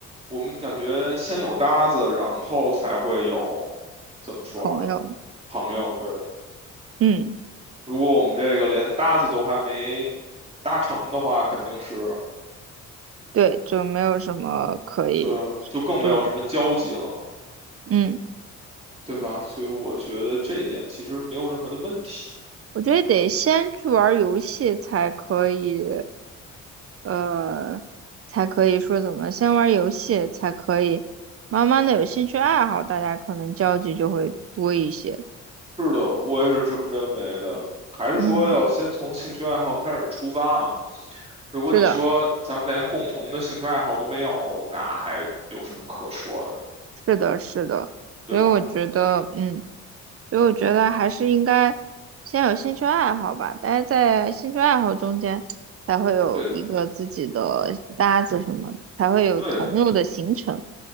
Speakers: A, on the right; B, on the right.
A: 我们感觉先有搭子，然后才会有，怎么说啊，
B: 朋友，
A: 朋友。对，
B: 嗯，
A: 如果我们这个连搭子都还没搭成的话，肯定是，
B: 对，就没有什么可以，
A: 对，就更没有什么交集了嘛，
B: 就嗯。
A: 对吧？所以我觉得这点其实没有任何的问题。
B: 我觉得得先去玩儿游戏才可以，呃，才可以说怎么，先玩儿游戏才可以，慢慢的有兴趣爱好，大家可能交集就会多一些。
A: 是的，我也是这么认为的。还是说要先从兴趣爱好开始出发嘛？
B: 嗯，
A: 如果你说咱们连共同的兴趣爱好都没有，
B: 是的，
A: 那还有什么可说的，
B: 是的，是的，
A: 对吧？
B: 所以我觉得，嗯，所以我觉得还是应该先有兴趣爱好吧，大家在兴趣爱好中间才会有一个自己的搭子什么，
A: 对的
B: 才会有朋友的形成。
A: 对，